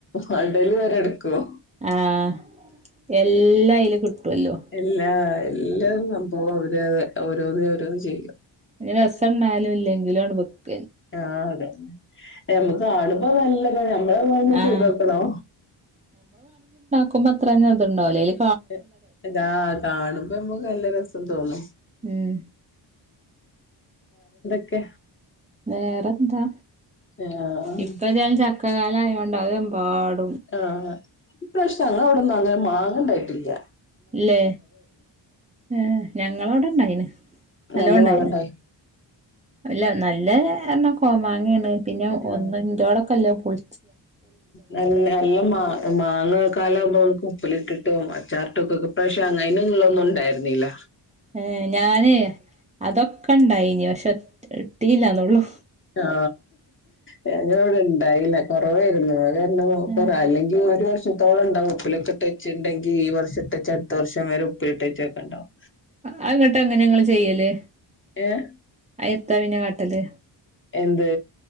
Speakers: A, on the left; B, on the right.
A: മടല് വരെ എടുക്കും
B: ആഹ് എല്ലാം അയില് കിട്ടുവല്ലോ
A: എല്ലാ നല്ല സംഭവ അവര് ഓരോന്ന് ഓരോന്ന് ചെയ്യ
B: ഇങ്ങനെ രസം ഇണ്ടായാലും ഇല്ലെങ്കിലും അങ്ങ്ട്-
A: ആഹ് അതെന്നെ ഞമക്ക് കാണുമ്പോ നല്ലിതാണ് ഞമ്മളവന്നഴിമ്പം
B: ആഹ്
A: ചെയ്തോക്കണോ
B: ക്കുമ്പ അത്രന്നതുണ്ടാവില്ലെ
A: എ എതാ കാണുമ്പോ ഞമ്മക്ക് നല്ലരസം തോന്നും
B: ഉം
A: ക്കെ
B: വേറെന്താ
A: ആഹ്
B: ഇപ്പ ഞാൻ ച- കലായോണ്ട് അതെമ്പാടു-
A: ആഹ് ഇപ്രാശം നങ്ങ അവിടൊന്നും അങ്ങനെ മാങ്ങണ്ടായി- ട്ടില്ല്യ
B: ഇല്ലേ ഏഹ് ഞങ്ങളവിടെ ഇണ്ടായിന് നല്ലോണ്ടായിന്
A: നല്ല മാങ്ങണ്ടായി
B: ഇല്ല നല്ല എണ കോമാങ്ങയാണ് പിന്നെ
A: ആഹ്
B: ഒന്ന് ഇറ്റോടൊക്കൊല്ലൊ ഉൾ
A: നല്ല നല്ല മാ മാങ്ങ കാല ആമ്പോ നമക്ക് ഉപ്പിലിട്ടിട്ടും അച്ചാർട്ടും ഒക്കെക്കെ ഇപ്പശ അങ്ങയ്നൊന്നുള്ളൊന്നും ഉണ്ടാര്ന്നീല
B: ഏ ഞാനെ അതൊക്കെണ്ടായിനി പക്ഷെ ഇട്ടീല്ലാന്നെള്ളു
A: ആ ഞങ്ങള് ഇവടെ ഇണ്ടായില്ല കൊറവാരുന്നു അ-
B: ഏഹ്
A: അല്ലെങ്കിൽ ഒരുവർ- സുത്തോള ഉണ്ടാവു ഉപ്പിലൊക്കെക്കിട്ടവെച്ചിണ്ടങ്കി- ഈ ഈ വർഷത്തെച്ചത്ത് വർഷം മേ പിട്ടച്ചക്ക ഉണ്ടാവും
B: ആഹ് ഇങ്ങട്ട് എങ്ങനെ ഇങ്ങള് ചെയ്യല്
A: ഏഹ്
B: ആ എത്താ പിന്നെ കാട്ടല്
A: എന്ത്